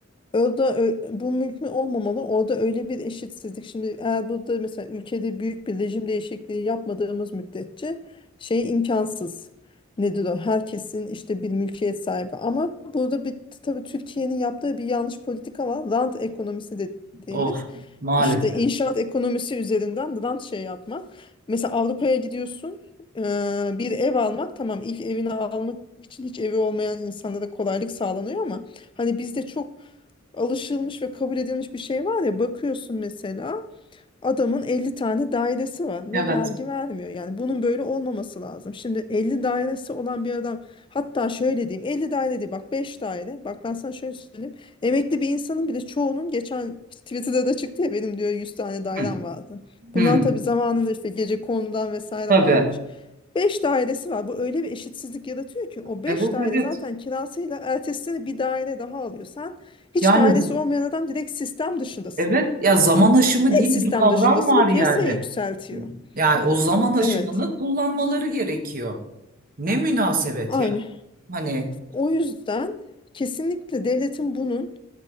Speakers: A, on the left; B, on the right.
A: Orada ö- bu mümkün olmamalı. Orada öyle bir eşitsizlik. Şimdi eğer burada mesela ülkede büyük bir rejim değişikliği yapmadığımız müddetçe şey imkansız. Nedir o? Herkesin işte bir mülkiyet sahibi. Ama burada bir tabii Türkiye'nin yaptığı bir yanlış politika var. Rant ekonomisi dediğimiz
B: Oh maalesef.
A: işte inşaat ekonomisi üzerinden rant şey yapmak. Mesela Avrupa'ya gidiyorsun, eee, bir ev almak tamam ilk evini almak için hiç evi olmayan insanlara kolaylık sağlanıyor ama hani bizde çok alışılmış ve kabul edilmiş bir şey var ya bakıyorsun mesela Adamın 50 tane dairesi var
B: Evet.
A: ve vergi vermiyor. Yani bunun böyle olmaması lazım. Şimdi 50 dairesi olan bir adam hatta şöyle diyeyim 50 daire değil bak 5 daire. Bak ben sana şöyle söyleyeyim. Emekli bir insanın bile çoğunun geçen Twitter'da da çıktı ya benim diyor 100 tane dairem
B: Hı,
A: vardı.
B: hı.
A: Bunlar tabii zamanında işte gece konudan vesaire
B: Tabii.
A: almış. beş dairesi var. Bu öyle bir eşitsizlik yaratıyor ki o beş
B: Evet
A: daire
B: evet.
A: zaten kirasıyla ertesi sene bir daire daha alıyor. Sen hiç
B: Yani
A: dairesi olmayan adam direkt sistem dışındasın.
B: evet ya zaman aşımı
A: Tek
B: diye
A: sistem
B: bir kavram
A: dışındasın
B: var
A: ve
B: yani.
A: piyasaya yükseltiyor.
B: Yani o zaman aşımını
A: Evet,
B: kullanmaları gerekiyor. Ne münasebet
A: aynı.
B: ya. Hani
A: O yüzden kesinlikle devletin bunun